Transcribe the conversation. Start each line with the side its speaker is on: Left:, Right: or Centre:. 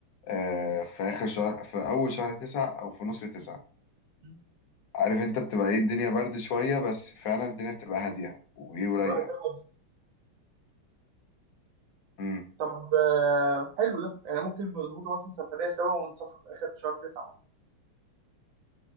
Left: آه، في آخر شهر في أول شهر تسعة أو في نص تسعة
Right: مم.
Left: عارف أنت بتبقى إيه الدنيا برد شوية بس فعلا الدنيا بتبقى هادية وإيه ورايقة
Right: تبقى هادية
Left: أمم
Right: طب آه، حلو ده يعني ممكن نظبطه مثلا سفرية سوا ونسافر في آخر شهر تسعة مثلا